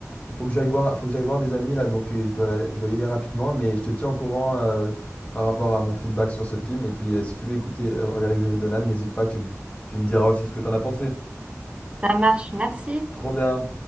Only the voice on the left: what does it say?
il faut que j'aille voir, faut que j'aille voir des amis là, donc euh, je dois, aller- je dois y aller rapidement, mais je te tiens au courant euh, par rapport à mon feedback sur ce film. Et puis, euh, si tu veux écouter, euh, regarder Xavier Dolan, n'hésite pas, tu, m- tu me diras aussi ce que t'en as pensé.
Trop bien.